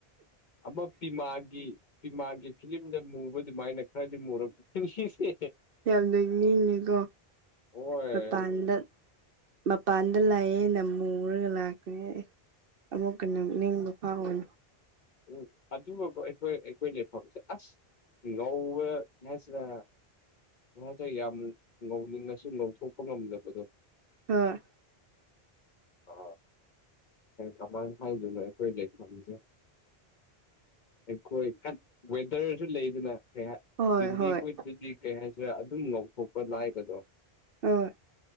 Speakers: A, on the left (about 55°); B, on the right (about 65°).
A: ꯑꯃ ꯄꯤꯃꯥꯒꯤ ꯄꯤꯃꯥꯒꯤ ꯐꯤꯂꯤꯝꯗ ꯃꯨꯕ ꯑꯗꯨꯃꯥꯏꯅ ꯍꯥꯏꯗꯤ ꯃꯣꯔꯕ ꯇꯤꯟ ꯁꯤ ꯁꯤ
B: ꯌꯥꯝ ꯂ ꯅꯤꯡꯉꯀꯣ
A: ꯍꯣꯏ
B: ꯃꯄꯥꯟꯗ ꯃꯄꯥꯟ ꯗ ꯂꯥꯛꯑꯦ ꯅ ꯃꯨꯔꯒ ꯂꯥꯛꯄꯅꯤ ꯑꯦ ꯑꯃꯨꯛꯀ ꯅꯣꯛ ꯅꯤꯡꯕ ꯐꯥꯎꯕꯅꯤ꯫
A: ꯎꯝ ꯑꯗꯨꯒꯀꯣ ꯑꯩꯈꯣꯏ ꯑꯩꯈꯣꯏ ꯂꯩꯐꯝꯁꯦ ꯑꯁ ꯂꯣꯋ ꯅꯦꯆꯔ ꯉꯧꯗ ꯌꯥꯝ ꯉꯧꯅꯤꯡꯉꯁꯨ ꯉꯧꯊꯣꯛꯄ ꯉꯝꯗꯕꯗꯣ
B: ꯑ
A: ꯑ ꯀꯃꯥꯡ ꯈꯥꯏꯗꯨꯅ ꯑꯩꯈꯣꯏ ꯂꯩꯐꯝꯁꯦ ꯑꯩꯈꯣꯏꯋ ꯇꯔꯁꯨ ꯂꯩꯗꯅ ꯀ ꯩꯇꯦꯜꯂꯤ
B: ꯍꯣꯏ ꯍꯣꯏ
A: ꯍꯣꯏꯇꯗꯤ ꯀꯩ ꯍꯥꯏꯁꯤꯔꯥ ꯑꯗꯨꯝ ꯉꯥꯎꯊꯣꯛꯄ ꯂꯥꯏꯕꯗꯣ
B: ꯑꯣꯏ